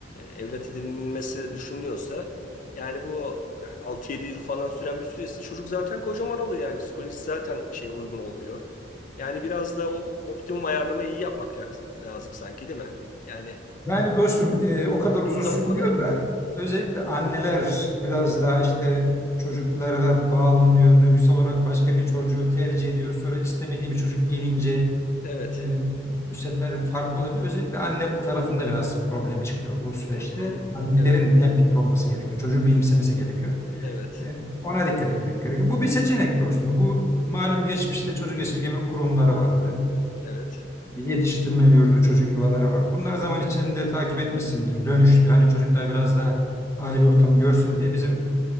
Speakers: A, on the left; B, on the left.
A: evlat edinilmesi düşünülüyorsa yani bu yani 6-7 yıl falan süren bir süresi çocuk zaten kocaman oluyor yani psikolojisi zaten şeye uygun olmuyor. Yani biraz da o o optimum ayarlamayı iyi yapmak la- lazım sanki değil mi? Yani
B: Yani dostum e, o kadar
A: çok
B: uzun
A: da uzatmadan.
B: sürmüyor da özellikle anneler biraz daha işte çocuklara bağlanıyor. Duygusal olarak başka bir çocuğu tercih ediyor. Sonra istemediği bir çocuk gelince
A: Evet.
B: e, bu sefer farklı olabiliyor. Özellikle anne tarafında biraz problem çıkıyor bu süreçte.
A: Hı hı.
B: Annelerin
A: Evet.
B: hemfikir olması gerekiyor. Çocuğu benimsemesi gerekiyor.
A: Evet.
B: E, ona dikkat etmek gerekiyor. Bu bir seçenek dostum. Bu malum geçmişte çocuk esirgeme kurumları vardı
A: Evet.
B: yetiştirme yurdu, çocuk yuvaları vardı. Bunlar zaman içinde takip etmişsindir. Dönüştü. Hani çocuklar biraz daha aile ortamı görsün diye bizim